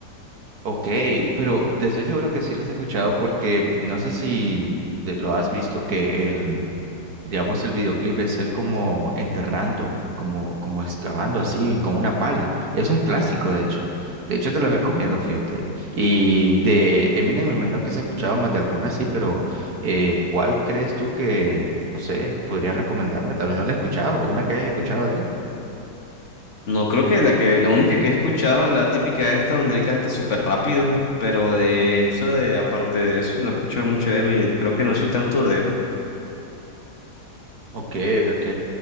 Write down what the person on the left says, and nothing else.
No, creo que la que la única que he escuchado es la típica esta donde él canta súper rápido, pero de hecho, de aparte de eso, no he escuchado mucho de Eminem. Creo que no soy tanto de él.